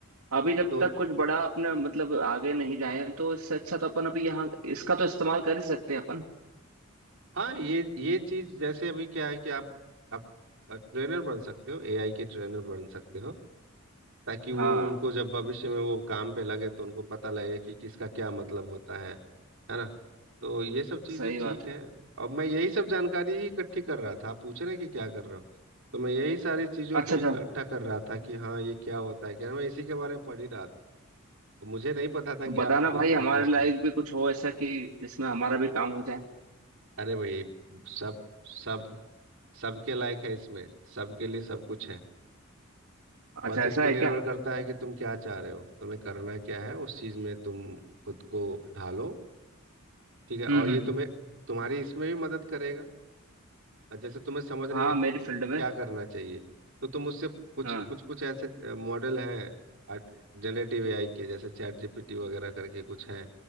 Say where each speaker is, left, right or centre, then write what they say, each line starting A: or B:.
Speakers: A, on the right; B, on the right.
A: अभी जब
B: तो
A: तक कुछ बड़ा अपने मतलब आगे नहीं जाए तो इससे अच्छा तो अपन अभी यहाँ इसका तो इस्तेमाल कर ही सकते हैं अपन
B: हाँ ये ये चीज जैसे अभी क्या है कि आप आप ट्रेनर बन सकते हो एआई के ट्रेनर बन सकते हो ताकि वो
A: हाँ
B: उनको जब भविष्य में वो काम पे लगे तो उनको पता लगे कि किसका क्या मतलब होता है है ना तो ये सब चीजें
A: सही
B: ठीक
A: बात है
B: है अब मैं यही सब जानकारी ही इकट्ठी कर रहा था आप पूछ रहे हैं कि क्या कर रहे हो तो मैं यही सारी चीजों
A: अच्छा
B: को इकट्ठा
A: अच्छा
B: कर रहा था कि हाँ ये क्या होता है क्या मैं इसी के बारे में पढ़ ही रहा था तो मुझे नहीं पता था
A: तो
B: कि
A: बताना
B: आपको
A: भाई
B: इसमें
A: हमारे
B: इंटरेस्ट
A: लायक
B: है
A: भी कुछ हो ऐसा कि जिसमें हमारा भी काम हो जाए
B: अरे भाई सब सब सबके लायक है इसमें सबके लिए सब कुछ है
A: अच्छा
B: बस
A: ऐसा
B: इस पे
A: है
B: निर्भर
A: क्या
B: करता है कि तुम क्या चाह रहे हो तुम्हें करना क्या है उस चीज में तुम खुद को ढालो ठीक है
A: हम्म
B: और
A: हम्म
B: ये
A: हम्म।
B: तुम्हें तुम्हारी इसमें भी मदद करेगा और जैसे तुम्हें समझ नहीं
A: हाँ
B: आता
A: मेरी फील्ड में
B: क्या करना चाहिए तो तुम उससे कुछ
A: हाँ
B: कुछ कुछ ऐसे मॉडल हैं जनरेटिव एआई के जैसे चैट जीपीटी वगैरह करके कुछ हैं